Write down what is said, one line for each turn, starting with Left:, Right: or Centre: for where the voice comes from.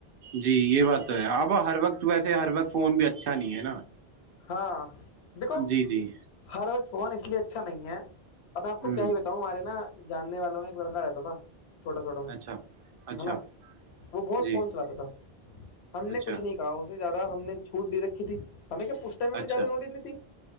Right: جی یہ بات تو ہے اب ہر وقت ویسے ہر وقت فون بھی اچھا نہیں ہے نا
Left: ہاں دیکھو
Right: جی جی
Left: ہر وقت فون اس لیے اچھا نہیں ہے اب میں آپ کو
Right: ہوں
Left: کیا ہی بتاؤں ہمارے نا جاننے والوں میں ایک لڑکا رہتا تھا چھوٹا چھوٹا تھا
Right: اچھا اچھا
Left: ہے نا وہ بہت
Right: جی
Left: فون چلاتا تھا ہم نے
Right: اچھا
Left: کچھ نہیں کہا اسے زیادہ ہم نے چھوٹ د رکھی تھی ہمیں کیا پوچھ میں
Right: اچھا
Left: زیادہ نوٹ نہیں تھی